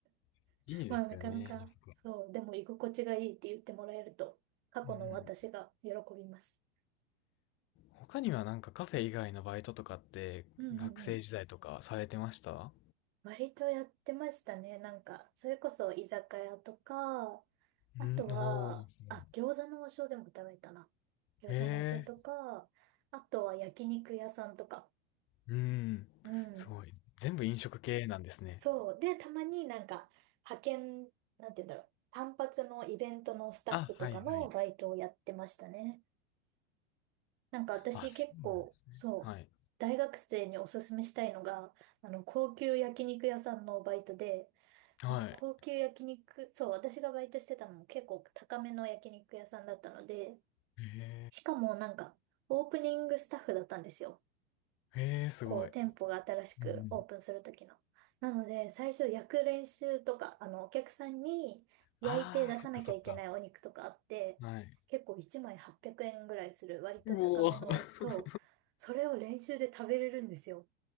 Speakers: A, on the left (about 40°); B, on the right (about 35°).
A: <laughs> いいですよね。
B: まあなかなか、
A: あそこ
B: そう。でも居心地がいいって言ってもらえると、過去の私が喜びます。
A: うん。他にはなんかカフェ以外のバイトとかって学生時代とかされてました
B: うんうんうん。割とやってましたね。なんか、それこそ居酒屋とか、あとは、
A: うん、おー、そう
B: あ、餃子の王将でも食べたな。餃子の王将とか、
A: へえ、
B: あとは焼肉屋さんとか。
A: うん、
B: うん。
A: すごい。全部飲食系なんですね。
B: そう。で、たまになんか、派遣、なんて言うんだろう。単発のイベントのスタッフとかのバイトをやってましたね。
A: あ、はいはい。
B: なんか私結構、
A: あ、そうなんですね。
B: そう、
A: はい。
B: 大学生におすすめしたいのが、あの、高級焼肉屋さんのバイトで、
A: はい。
B: なんか高級焼肉、そう、私がバイトしてたのも結構高めの焼肉屋さんだったので、
A: へ
B: しかもなんかオープニングスタッフだったんですよ。
A: え、へえ、すごい。
B: こう、店舗が新しくオープンする時の。
A: うん。
B: なので、最初焼く練習とか、あの、お客さんに焼いて出さなきゃいけないお肉とかあって、
A: ああ、そっかそっか。はい。
B: 結構1枚800円ぐらいする割と高めの、
A: うおー
B: そう、それを練習で食べれるんですよ。